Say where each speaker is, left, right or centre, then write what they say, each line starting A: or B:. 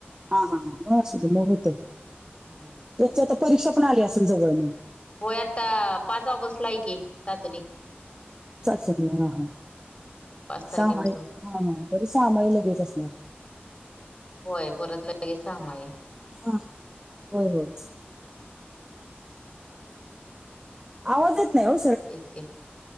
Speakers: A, on the right (about 20°); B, on the left (about 30°).
A: हा हा, हां मग असु दे,, मग होतय.
B: हम्म.
A: त्याची आता परीक्षा पण आली असल जवळ.
B: होय आता पाच ऑगस्ट ला आहे की, चाचणी.
A: चाचणी हा, हा
B: हम्म. पाच तारखेपासून
A: सहामाई हा, हा तरी सहामाई लगेच असणार.
B: होय, परत लगे सहामाई.
A: हा होय होय, आवाज येत नाही ओ
B: तेच की,,